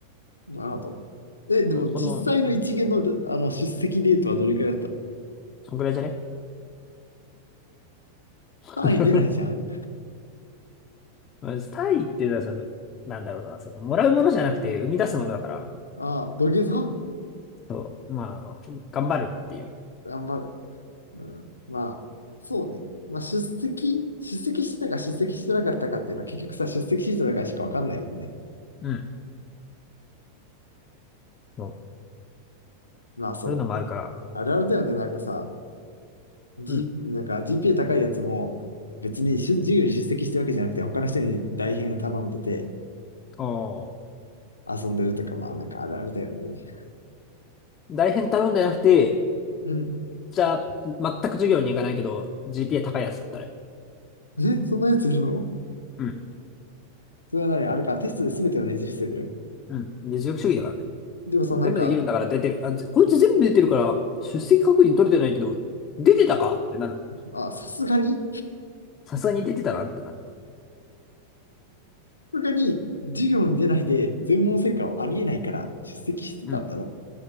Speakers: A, on the left; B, on the left.
A: なるほど。え、でも実際の1限の、
B: この、うん
A: あの出席レートはどれくらいだったの
B: そんぐらいじゃね
A: 単位出ないじゃん。
B: <laughs> まあ、タイっていうのはその、なんだろうな、その、もらうものじゃなくて生み出すものだから、
A: ああ、土下座
B: そう、まあ、あの頑張るっていう、
A: 頑張る。うん。まあ、そうね。まあ、出席、出席してたか出席してなかったかっていうのは結局さ、出席してたかしかわかんないもんね。
B: うん、そう
A: まあそう。
B: そういうのもあるから、
A: あるあるだよね。なんかさ、G、
B: うん。
A: なんか GPA 高いやつも、別にしゅ授業に出席してるわけじゃなくて、他の人に代編頼んでて
B: おー
A: 遊んでるとか、まあなんかあるあるだよね。
B: 大変頼んでなくて、
A: うん。
B: じゃあ、全く授業に行かないけど、GPA 高いやつだったらいいよ、
A: え、そんなやついるの
B: うん、
A: それは何あれか、テストで全てをねじ伏せる
B: うん。で、実力主義だからね。
A: でもさ、
B: 全部できるんだから出てる。
A: なんか、
B: あ、ぜこいつ全部出てるから、出席確認取れてないけど、出てたかってなる。
A: あ、さすがに
B: さすがに出てたなってなる。
A: さすがに授業に出ないで全問正解はありえないから出席してたんだろうっ
B: うん、うん。